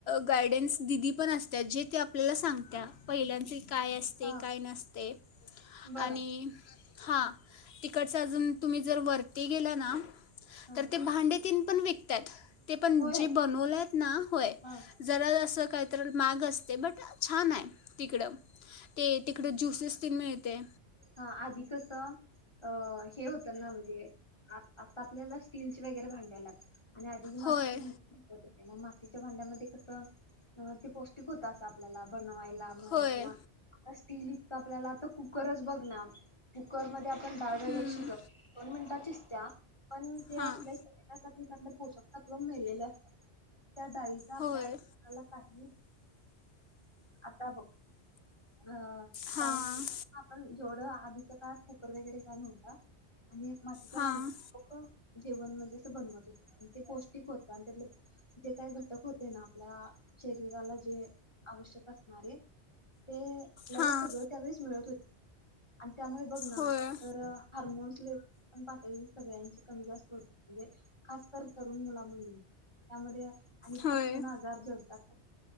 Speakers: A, on the left (about 65°); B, on the left (about 25°).
A: गायडन्स दिदी पण असत्या, जे ते आपल्याला सांगत्या. पहिल्यांची काय असते?
B: हा
A: काय नसते?
B: बरं
A: आणि हा तिकडच अजून तुम्ही जर वरती गेला ना
B: हा
A: तर ते भांडे तेन पण विकत आहेत ते पण
B: होय
A: जे बनवलेत ना, होय.
B: हा
A: जरा असं काही तर महाग असते, बट छान आहे तिकडं. ते तिकडे ज्युसेस तेन मिळते.
B: हां आधी कसं अ हे होतं ना, म्हणजे आता आपल्याला स्टीलचे वगैरे भांडी आल्यात. आणि आधी मातीच्या
A: होय
B: भांडी मग मातीच्या भांड्यामध्ये कस ते पौष्टिक होत अस आपल्याला बनवायला. म्हण
A: होय
B: किंवा स्टील इतकं आपल्याला आता कुक्कर च बघ ना कुक्करमध्ये आप पण डाळ वैगेरे
A: हम्म,
B: शिजवतो, दोन मिनिटात शिजत्या पण ते
A: हां
B: आपल्या शरी त्यासाठी आपलं पोषक तत्त्व मेलेले असतात. म्हणजे त्या डाळीचा आपल्या
A: होय
B: शरीराला काही उपयोग आता बघ हां
A: हां
B: त्यानां आपण जेवढं आधीच्या काळात कुकर वगैरे काय नव्हता, आणि मातीच्या
A: हां
B: भांड्यात लोकं जेवण म्हणजे असं बनवत होते, आणि ते पौष्टिक होतं आणि त्यातले जे काय घटक होते ना आपल्या शरीराला जे आवश्यक असणारे ते आपल्याला
A: हां
B: सगळं त्यावेळेस मिळत होते. आणि त्यामुळे बघ ना
A: होय
B: आता तर हार्मोन्स लेवल पण पातळी सगळ्यांची कमी जास्त होते, म्हणजे खासकरून तरुण मुला-मुलीं त्यामध्ये आणि
A: होय
B: पथकन आजार जडतात